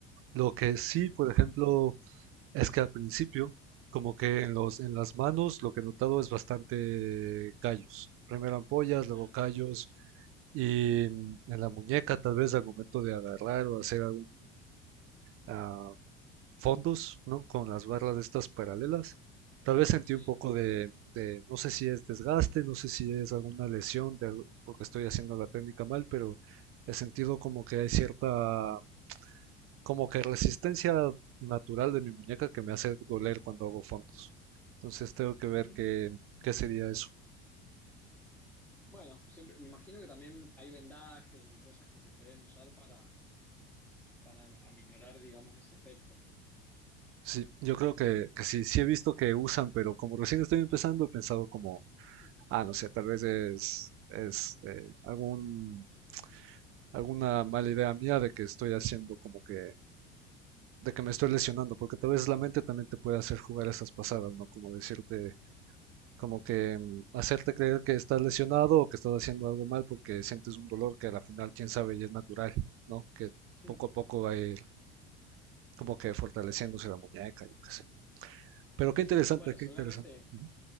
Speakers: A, on the right; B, in the centre.
A: Lo que sí,
B: Ujú,
A: por ejemplo, es que al principio, como que en los, en las manos, lo que he notado es bastante callos. Primero ampollas,
B: Claro,
A: luego callos, y mm, en la muñeca, tal vez al momento de agarrar o hacer algún ah, fondos, ¿no? Con las barras de estas paralelas. Tal vez sentí
B: sí.
A: un poco de, de- no sé si es desgaste, no sé si es alguna lesión de- porque estoy haciendo la técnica mal, pero he sentido como que hay cierta, como que resistencia natural de mi muñeca que me hace doler cuando hago fondos. Entonces tengo que
B: Ujú.
A: ver qué, qué sería eso.
B: Bueno, siempre, me imagino que también hay vendajes y cosas que se pueden usar para, para aminorar, digamos, ese efecto.
A: Sí, yo creo que, que sí, sí he visto que usan, pero como recién estoy empezando, he pensado como,
B: <laughs>
A: ah, no sé, tal vez es, es eh, algún alguna mala idea mía de que estoy haciendo como que, de que me estoy lesionando, porque tal vez la mente también te puede hacer jugar esas pasadas, ¿no? Como decirte, como que mm, hacerte creer que estás lesionado o que estás haciendo algo mal porque sientes un dolor que a la final, quién sabe, y es natural, ¿no? Que
B: Hmm.
A: poco a poco va a ir como que fortaleciéndose la muñeca, yo qué sé. Pero qué
B: Sí,
A: interesante,
B: bueno, seguramente,
A: qué interesante. Ujú.